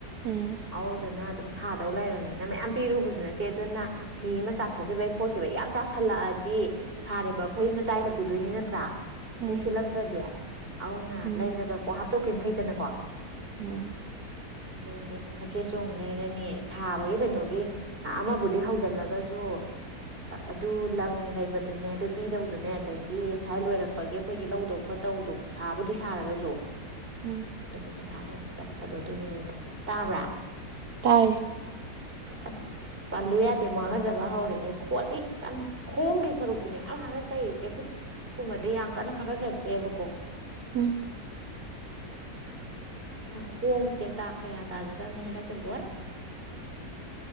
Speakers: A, on the right (about 70°); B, on the right (about 35°).
A: ꯎꯝ
B: ꯍꯥꯎꯗ ꯅ ꯑꯗꯨ ꯁꯥꯗꯧ ꯂꯩꯔꯕꯅꯤꯅ ꯃꯌꯥꯝ ꯄꯤꯔꯨꯕꯁꯨ ꯅꯠꯇꯦ ꯑꯗꯨꯅ ꯐꯤ ꯑꯃ ꯆꯥꯊꯣꯛꯈꯤꯕꯩ ꯈꯣꯠꯈꯤꯕꯒꯤ ꯌꯥꯝ ꯆꯥꯥꯁꯜꯂꯛꯑꯗꯤ ꯁꯥꯔꯤꯕ ꯑꯩꯈꯣꯏꯅꯗꯥꯏꯗ ꯄꯨꯗꯣꯏꯅꯤ ꯅꯠꯇ꯭ꯔꯥ
A: ꯎꯝ
B: ꯃꯤ ꯁꯤꯜꯂꯛꯇ꯭ꯔꯗꯤ ꯑꯗꯨꯅ
A: ꯎꯝ
B: ꯂꯩꯔꯒ ꯀꯣ ꯍꯥꯞꯇꯣꯛꯀ ꯐꯩꯗꯅꯀꯣ
A: ꯎꯝ
B: ꯑꯗꯨꯒꯤ ꯁꯝꯆꯦꯠ ꯆꯣꯡ ꯂꯩꯔꯅꯤ ꯁꯥꯕꯒꯤ ꯀꯩꯅꯣꯒꯤ ꯑꯃꯕꯨꯗꯤ ꯍꯧꯖꯤꯜꯂꯒꯁꯨ ꯑꯗꯨ ꯂꯪ ꯂꯩꯕꯗꯨꯅꯦ ꯑꯗꯨ ꯄꯤꯗꯧꯗꯨꯅꯦ ꯑꯗꯒꯤ ꯉꯥꯏ ꯂꯣꯏꯔꯛꯄꯒꯤ ꯑꯩꯈꯣꯏꯒꯤ ꯂꯧꯗꯧ ꯈꯣꯠꯇꯧꯗꯣ ꯁꯥꯕꯨꯗꯤ ꯁꯥꯔꯒꯁꯨ
A: ꯎꯝ
B: ꯑꯗꯨꯒꯤ ꯄꯩꯁꯥꯗꯨ ꯇꯠꯄꯗꯣ ꯑꯗꯨꯒꯤꯅꯤ ꯇꯥꯕ꯭ꯔꯥ
A: ꯇꯥꯏ
B: ꯑ ꯄꯜꯂꯨ ꯌꯥꯗꯦ ꯑꯃꯨꯛ ꯍꯥꯒꯠꯆꯕ ꯍꯧꯔꯦ ꯑꯦ ꯈꯣꯠꯂꯤ ꯀꯟꯅ ꯈꯣꯡꯒꯤ ꯁꯔꯨꯛꯁꯤꯅꯦ ꯃꯥꯅ ꯍꯥꯒꯠꯆꯔꯤꯁꯦ ꯈꯨꯠ ꯀꯨꯝꯕꯗꯤ ꯌꯥꯝ ꯀꯟꯅ ꯍꯥꯒꯠꯆꯗ꯭ꯔꯦꯕꯀꯣ
A: ꯎꯝ
B: ꯈꯣꯡꯁꯦ ꯗꯥꯛ ꯀꯌꯥ ꯇꯥꯖꯗꯕꯅꯤ ꯍꯟꯗꯛꯇꯤ ꯂꯣꯏꯔ